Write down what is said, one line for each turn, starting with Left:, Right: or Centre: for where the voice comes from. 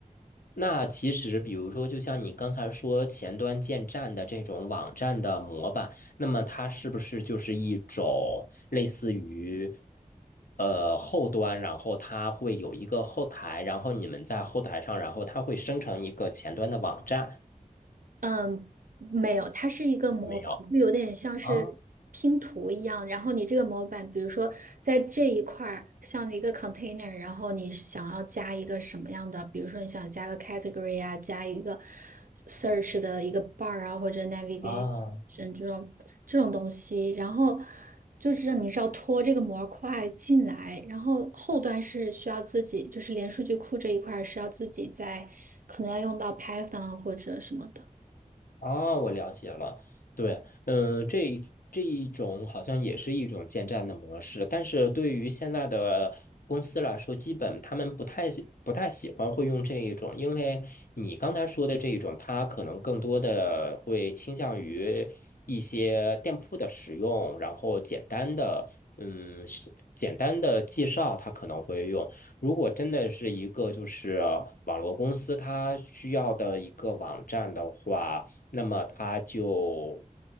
Left: 那其实，比如说，就像你刚才说前端建站的这种网站的模板，那么它是不是就是一种类似于呃后端，然后它会有一个后台，然后你们在后台上，然后它会生成一个前端的网站，
Right: 嗯，没有，它是一个模板，
Left: 有没有？
Right: 就有点像是拼图一样。
Left: 啊
Right: 然后你这个模板，比如说在这一块儿，像一个 container，然后你想要加一个什么样的，比如说你想加个 category 啊，加一个 search 的一个 bar 啊，或者 navigation
Left: 啊
Right: 这种这种东西，然后就是让你是要拖这个模块进来，然后后端是需要自己，就是连数据库这一块儿是要自己在，可能要用到 Python 或者什么的。
Left: 啊，我了解了。对，嗯，这一这一种好像也是一种建站的模式，但是对于现在的公司来说，基本他们不太不太喜欢会用这一种，因为你刚才说的这一种，它可能更多的会倾向于一些店铺的使用，然后简单的，嗯，是简单的介绍，它可能会用。如果真的是一个就是网络公司，它需要的一个网站的话。那么他就